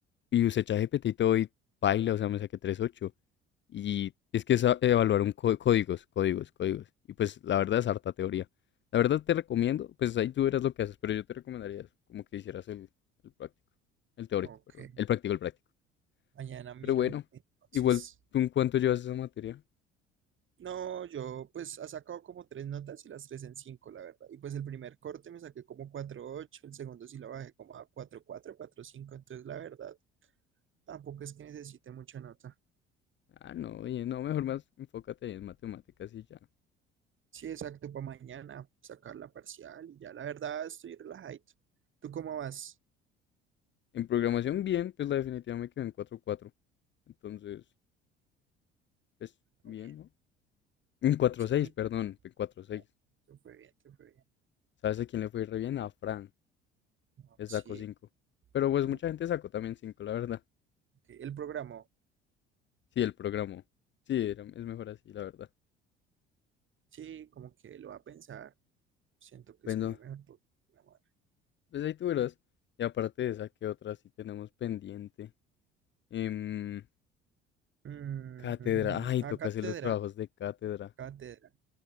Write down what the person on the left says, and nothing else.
Y usé ChatGPT y todo y paila, o sea, me saqué tres ocho Y es que es a- evaluar un có- códigos, códigos, códigos. Y pues la verdad es harta teoría. La verdad te recomiendo, pues ahí tú verás lo que haces, pero yo te recomendaría eso, como que hicieras el, el práctico. El teórico,
perdón. El práctico, el práctico.
Pero bueno,
igual tú en cuánto llevas esa materia.
Ah, no, oye, no, mejor más enfócate ahí en matemáticas y ya.
En programación bien, pues la definitiva me quedó en cuatro cuatro Entonces, pues bien,
¿no? En cuatro
seis
perdón, en cuatro seis
¿Sabes a quién le fue re bien? A Fran,
le
sacó cinco Pero pues
mucha gente sacó también cinco la verdad.
Sí, el programó. Sí, era- es mejor así, la verdad.
Bueno,
pues ahí tú verás. Y aparte de esa, ¿qué otra sí tenemos pendiente? Em,
Cátedra,
ay,
toca
hacer los trabajos de cátedra.